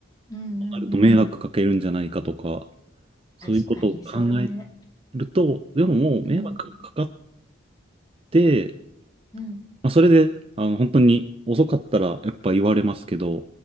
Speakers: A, on the left; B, on the right.
A: うんうんうん。
B: そうなると迷惑かけるんじゃないかとか、そういうことを考え
A: 確かに、それ。
B: ると、でももう迷惑かかっ
A: うん。
B: て、
A: うん。
B: まあ、それで、あの、本当に遅かったらやっぱ言われますけど、